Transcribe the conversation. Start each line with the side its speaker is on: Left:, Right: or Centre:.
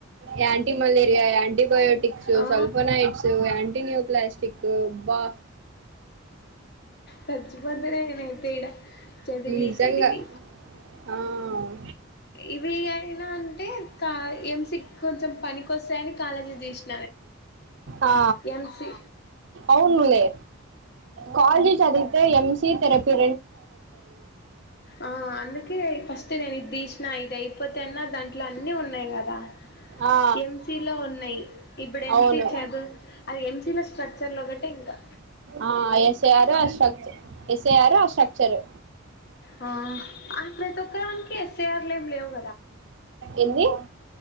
Right: anti malaria, antibiotics
Left: ఆ
Right: సల్ఫనైట్స్, ఆంటినుక్లాస్టిక్ అబ్బా
Left: సచ్చిపోతడేనే అయితే ఇగ చదివి
Right: నిజంగా
Left: చదివి
Right: ఆ,
Left: ఇవి అయిన అంతే కా ఎం సీ కి కొంచెం పనికొస్తాయని కాలజీ దిశిన
Right: ఆ
Left: ఎం సి
Right: అవునులే కాలి చదివితే ఎం సీ తెరపి
Left: ఆ అందుకే ఫస్ట్ నేను ఇద్ దిషి నా ఇది అయిపోతేన్నా దాంట్లో అన్నీ ఉన్నాయి కదా!
Right: ఆ
Left: ఎం సి లో ఉన్నాయి. ఇప్పుడు ఎం
Right: అవును
Left: సి చదువు అది ఎం సీ లో స్ట్రక్చర్ లో ఒక టింకా
Right: ఆ ఎస్ ఏ ఆరు ఆ స్ట్రక్చర్ ఎస్ ఏ ఆరు ఆ స్ట్రక్చరూ
Left: ఆ ప్రతి ఆ ఒక్కదానికి ఎస్ ఏ ఆర్ లు ఏమి లేవు.
Right: ఏంది